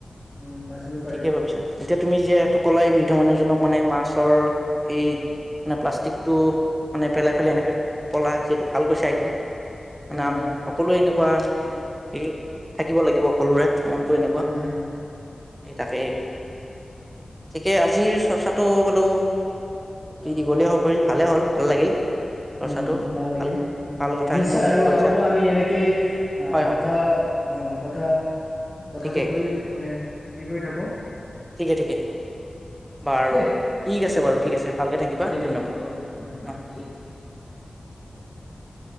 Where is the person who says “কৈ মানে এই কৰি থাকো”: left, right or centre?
Left